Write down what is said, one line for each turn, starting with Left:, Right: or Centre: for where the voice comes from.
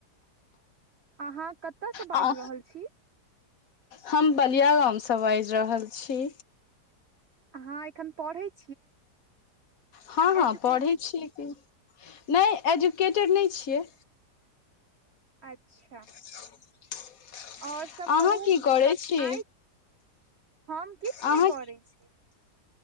Right: अहाँ कतऽ स बाइज
Left: आ
Right: रहल छी।
Left: हम बलिया गामसँ बाजि रहल छी।
Right: अहाँ एखन पढ़य छी।
Left: हँ- हँ
Right: एजुकेटेड
Left: पढ़ै छियै कि। नय एजुकेटेड नय छियै।
Right: अच्छा।
Left: <inaudible>
Right: और सब
Left: अहाँ
Right: कहू
Left: की करै
Right: क
Left: छी
Right: आइ हम किछ
Left: अहाँ
Right: नहि करय छी।